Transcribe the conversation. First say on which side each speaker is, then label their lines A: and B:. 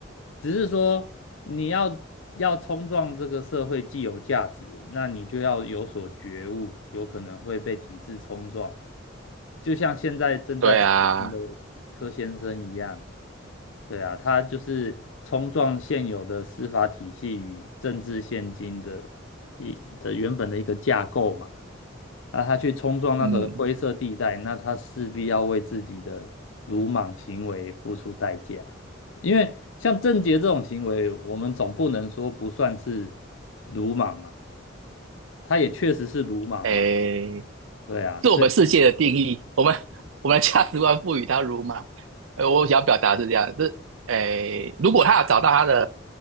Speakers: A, on the left (about 75°); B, on the right (about 80°).
A: 只是说你要要冲撞这个社会既有价值，那你就要有所觉悟，有可能会被体制冲撞，就像现在正在被关的柯先生一样。
B: 对啊，
A: 对啊，他就是冲撞现有的司法体系与政治现今的一的原本的一个架构嘛。那他去冲撞那种灰色地带，
B: 嗯，
A: 那他势必要为自己的鲁莽行为付出代价。因为像郑捷这种行为，我们总不能说不算是鲁莽嘛，他也确实是鲁莽嘛。
B: 诶，
A: 对啊，
B: 是我们世界的定义，
A: 所以。
B: 我们我们的价值观赋予它如嘛。呃，我想要表达是这样，是诶，如果他要找到他的